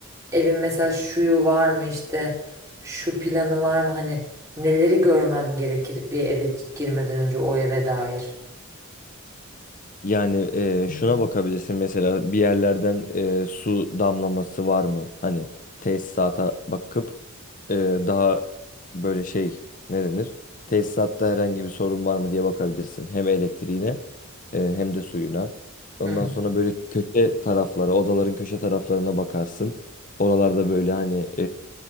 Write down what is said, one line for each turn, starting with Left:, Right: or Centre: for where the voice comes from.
Right: evin mesela şuyu var mı işte şu planı var mı hani neleri görmem gerekir bir eve girmeden önce o eve dair.
Left: Yani e, şuna bakabilirsin mesela bir yerlerden e, su damlaması var mı? Hani tesisata bakıp e, daha böyle şey ne denir? Tesisatta herhangi bir sorun var mı diye bakabilirsin. Hem elektriğine e, hem de suyuna. Ondan
Right: Hı hı.
Left: sonra böyle köşe taraflara, odaların köşe taraflarına bakarsın. Oralarda böyle hani